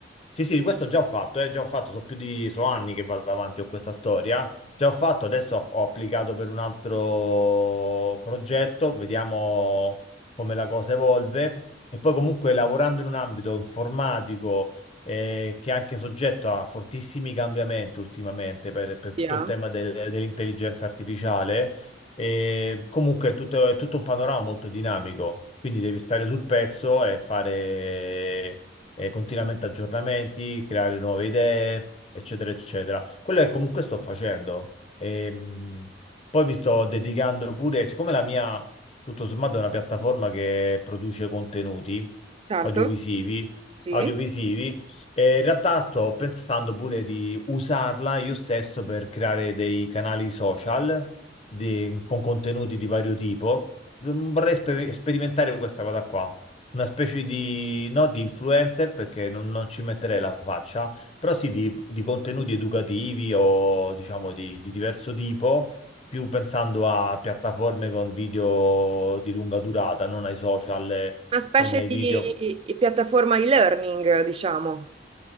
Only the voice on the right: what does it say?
via.
Certo,
Sì,
una specie
di
di piattaforma e-learning, diciamo.